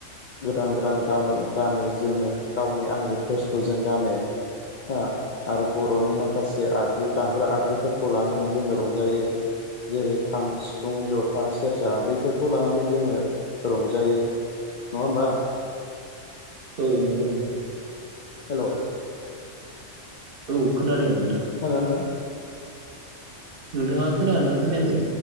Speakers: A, on the left; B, on the right.
A: गोदान गोदान गामो गानो जोमो गावनि आंगो द्रेसखौ जों गानो। हा आरो बर'नि माखासे आगजु दामग्रा आगजुफोरखौ लानानै जोङो रंजायो जेरै खाम सिफुं जथा सेरजा बैफोरखौ लानानै जोङो रंजायो। नङा ओमबा
B: औ नंगौ नोंथां
A: हेल'
B: औ खोनादों नों
A: खोनादों नोंथां।
B: नोंथाङा खोनना खोनायाखै